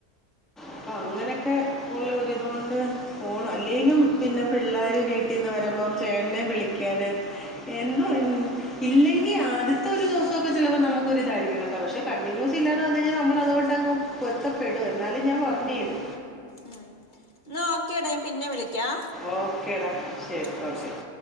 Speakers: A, in the centre; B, on the left (about 35°).
A: അപ്പൊ അങ്ങനെയൊക്കെ ഉള്ള ഒരിതുകൊണ്ട് പോണം അല്ലെലും പിന്നെ പിള്ളേര് വീട്ടിന്ന് വരുമ്പം ചേട്ടനെ വിളിക്കാന് എന്തോ ഇല്ലെങ്കിൽ ആദ്യത്തെ ഒരു ദിവസൊക്കെ ചിലപ്പോ നമുക്കൊരിതായിരിക്കും കേട്ടോ പക്ഷെ കണ്ടിന്യൂ സില്ലാതെവന്നുകഴിഞ്ഞാ നമ്മളതുആയിട്ടങ്ങ് പൊരുത്തപ്പെടും എന്നാലും ഞാൻ ഉറങ്ങിയയത്
B: ഉം എന്നാ ഒക്കെ ടാ ഞാൻ പിന്നെ വിളിക്കാം
A: ഓക്കേടാ ശെരി
B: ഉം
A: ഓക്കെ
B: ശരി